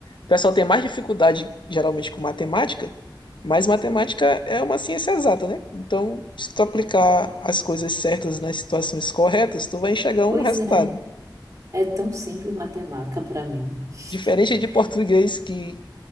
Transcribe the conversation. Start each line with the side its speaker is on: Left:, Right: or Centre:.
Left: O pessoal tem mais dificuldade geralmente com matemática, mas matemática é uma ciência exata, né? Então, se tu aplicar as coisas certas nas situações corretas, tu vai enxergar
Right: Pois
Left: um resultado.
Right: é, é tão simples matemática pra mim. <laughs>
Left: Diferente de português que